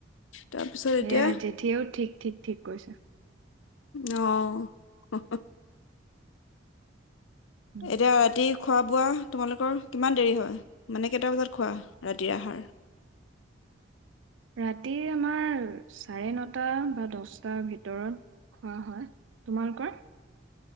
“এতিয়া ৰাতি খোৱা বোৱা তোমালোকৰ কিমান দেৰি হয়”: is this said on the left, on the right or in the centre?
Left